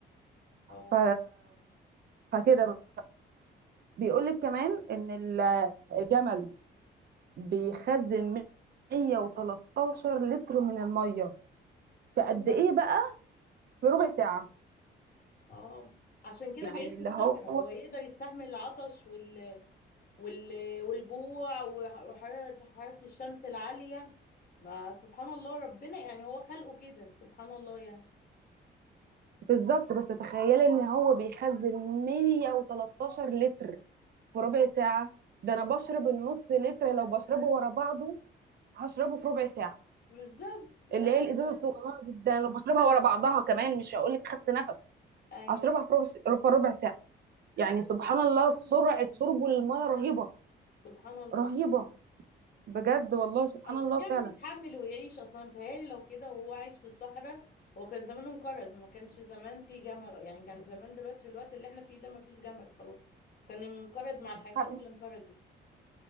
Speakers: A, on the left (about 50°); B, on the right (about 55°).
A: اه
B: ف... فكده بيقول لك كمان ان ال- الجمل بيخزن 113 لتر من الميه في قد
A: يا نهار
B: ايه
A: أبيض.
B: بقى في ربع ساعه
A: اه عشان كده
B: يعني
A: بيعيش
B: اللي
A: في الصحراء
B: هو
A: هو يقدر يستحمل العطش وال وال- والجوع وح- وحرارة حرارة الشمس العالية ما سبحان الله ربنا يعني هو خلقه كده سبحان الله يعني
B: بالظبط بس تخيلي ان هو بيخزن 113 لتر في ربع ساعه ده انا بشرب النص لتر لو بشربه ورا بعضه هشربه في ربع ساعه
A: بالظبط لا
B: اللي هي الازازه
A: ما-
B: الصغيره دي ده أنا لو بشربها ورا بعضها كمان مش هقول لك خدت نفس
A: ايوه
B: هشربها في ربع في ربع ساعه يعني
A: هو
B: سبحان الله
A: سبحان
B: سرعة
A: الله فعلا
B: شربه للمية رهيبة
A: سبحان الله
B: رهيبة بجد والله سبحان
A: عشان
B: الله
A: يعرف
B: فعلا
A: يتحمل ويعيش اصلا متهيألي لو كده وهو عايش في الصحراء هو كان زمان انقرض ما كانش زمان في جمل يعني كان زمان دلوقتي في الوقت اللي احنا فيه ده ما فيش جمل خلاص كان انقرض مع الحيوانات
B: حقيقي-
A: اللي انقرضت